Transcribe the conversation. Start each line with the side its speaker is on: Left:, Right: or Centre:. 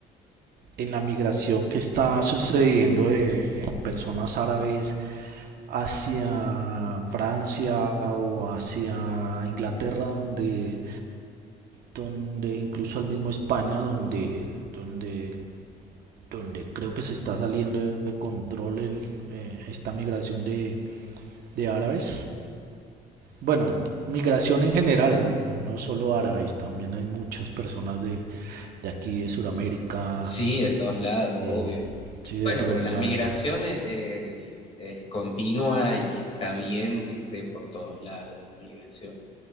Right: en la migración que está sucediendo de personas árabes hacia Francia o hacia Inglaterra, donde donde incluso al mismo España, donde, donde, donde creo que se está saliendo de control el, eh, esta migración de, de árabes. Bueno, migración en general, no solo árabes, también hay muchas personas de, de aquí, de Sudamérica,
Left: Sí, de todos lados,
Right: de,
Left: obvio.
Right: sí, de
Left: Bueno,
Right: todas
Left: pero la
Right: las...
Left: migración e- es, es continua y está bien que esté por todos lados la migración.